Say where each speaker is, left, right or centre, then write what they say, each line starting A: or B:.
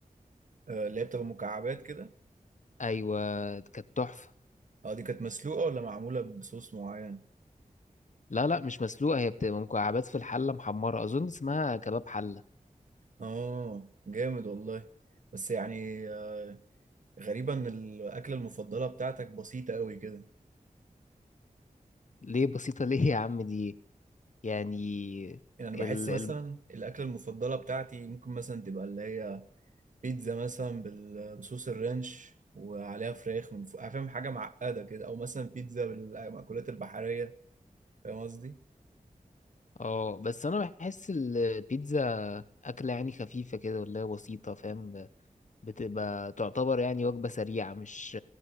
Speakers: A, on the right (about 60°); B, on the left (about 60°).
A: آه اللي هي بتبقى مكعبات كده
B: أيوة كانت تحفة
A: اه دي كانت مسلوقه ولا معموله بصوص معين
B: لا لا مش مسلوقة هي بتبقى مكعبات في الحلة محمرة أظن اسمها كباب حلة
A: اه جامد والله بس يعني آه، غريبه ان الاكله المفضله بتاعتك بسيطه قوي كده
B: ليه بسيطة <laughs> ليه يا عم دي يعني
A: يعني انا
B: ال
A: بحس مثلا
B: ال
A: الاكله المفضله بتاعتي ممكن مثلا تبقى اللي هي بيتزا مثلا بال- بصوص الرانش وعليها فراخ من فوق فاهم حاجه معقده كده او مثلا بيتزا بالمأكولات البحريه فاهم قصدي
B: اه بس أنا بحس البيتزا أكلة يعني خفيفة كده ولا بسيطة فاهم بتبقى تعتبر يعني وجبة سريعة مش